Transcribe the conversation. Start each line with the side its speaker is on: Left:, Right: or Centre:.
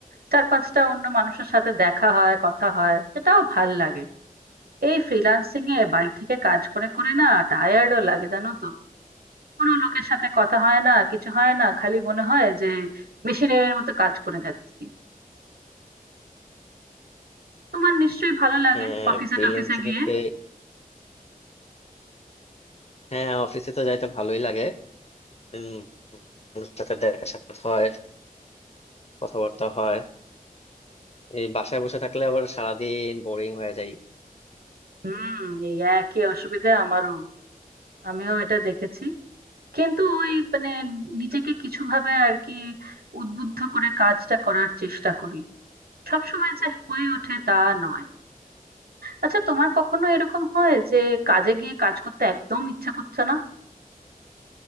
Right: চার পাঁচটা অন্য মানুষের সাথে দেখা হয় কথা হয় সেটাও ভাল লাগে এই ফ্রিল্যান্সিং এ বাড়ি থেকে কাজ করে করে না টায়ার্ডও লাগে জানো তো কোনো লোকের সাথে কথা হয় না কিছু হয় না খালি মনে হয় যে মেশিনের মতো কাজ করে যাচ্ছি তোমার নিশ্চয়ই ভালো লাগে
Left: হ্যাঁ,
Right: অফিসে
Left: ফ্রিল্যান্সিং
Right: টফিসে গিয়ে
Left: এতে হ্যাঁ অফিসে তো যাইতে ভালোই লাগে উম, মানুষের সাথে দেখা সাক্ষাৎ হয় কথাবার্তা হয় এই বাসায় বসে থাকলে আবার সারাদিন বোরিং হয়ে যায়
Right: হুম এই একই অসুবিধা আমারও আমিও এটা দেখেছি কিন্তু ওই মানে নিজেকে কিছু ভাবে আর কি উদ্বুদ্ধ করে কাজটা করার চেষ্টা করি সব সময় যে হয়ে ওঠে তা নয় আচ্ছা তোমার কখনো এরকম হয় যে কাজে গিয়ে কাজ করতে একদম ইচ্ছা করছে না